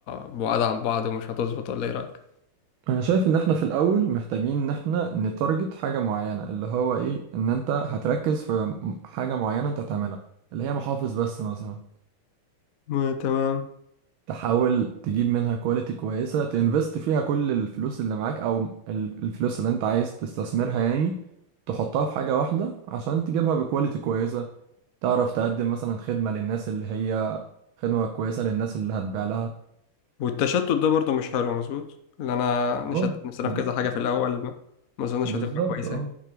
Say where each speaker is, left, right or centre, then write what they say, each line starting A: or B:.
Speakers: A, on the left; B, on the right.
A: بعاد عن بعض ومش هتظبط ولا ايه رأيك؟
B: انا شايف ان احنا في الاول محتاجين ان احنا نتارجت حاجه معينه اللي هو ايه ان انت هتركز في م- حاجه معينه انت هتعملها اللي هي محافظ بس مثلا
A: ما تمام
B: تحاول تجيب منها كواليتي كويسه تنفست فيها كل الفلوس اللي معاك او ال- الفلوس اللي انت عايز تستثمرها يعني تحطها في حاجه واحده عشان تجيبها بكواليتي كويسه تعرف تقدم مثلا خدمه للناس اللي هي خدمه كويسه للناس اللي هتبيع لها
A: والتشتت ده برضه مش حلو مظبوط اللي انا نشتت
B: اه
A: نفسنا
B: أم،
A: في كذا حاجة في الأول ما ما اظنش
B: بالظبط
A: هتبقى كويسة
B: اه
A: يعني.